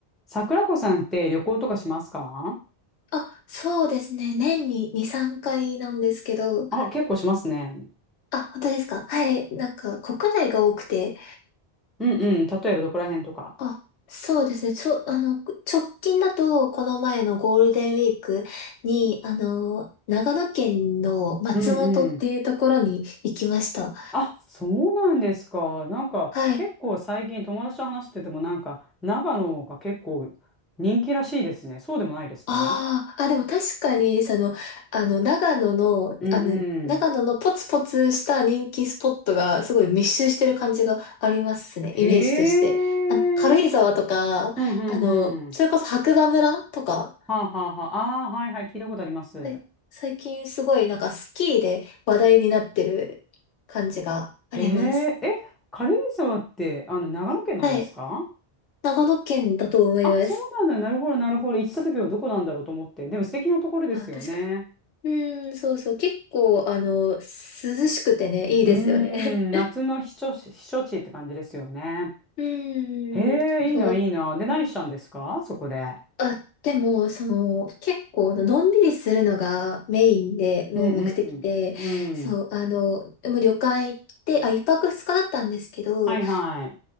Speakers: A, in the centre; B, on the left.
A: 桜子さんって旅行とかしますか
B: あ、そうですね。年に2、3回なんですけど、
A: あ、結構しますね。
B: あ、本当ですかはい。なんか、国内が多くて、
A: うんうん。例えばどこら辺とか。
B: あ、そうですね。ちょ、あの、直近だと、この前のゴールデンウィークに、あの、長野県の松本っていうところに行きました。
A: うんうん。あ、そうなんですか。なんか結構最近友達と話しててもなんか長野が結構人気らしいですね。
B: はい。
A: そうでもないですか
B: ああ、あ、でも確かに、その、あの、長野の、
A: うんうん。
B: あの、長野のポツポツした人気スポットがすごい密集してる感じがありますね、
A: へえ。
B: イメージとして。あの、軽井沢とか、
A: うんうんうん。
B: あの、それこそ白馬村とか、
A: はあはあはあ。ああ、はいはい。聞いたことあります。
B: はい最近すごいなんかスキーで話題になってる感じがあります。
A: へえ。え、軽井沢ってあの長野県なんですか
B: はい。長野県だと思います。
A: あ、そうなんだ。なるほど、なるほど。行った時はどこなんだろうと思って。でも素敵なところですよね。
B: あ、確かに。うーん、そうそう。結構、あの、涼しくてね、いいですよね。
A: うーん、夏の避暑地、避暑地って感じですよね。
B: うーん、
A: へえ、
B: そう、
A: いいな、いいな。で、何したんですかそこで。
B: あ、でも、その、結構、のんびりするのがメインで、の目的で、
A: うんうんうん。
B: そう、
A: うん。
B: あの、でも旅館行って、あ、一泊二日だったんですけど、
A: はいはい。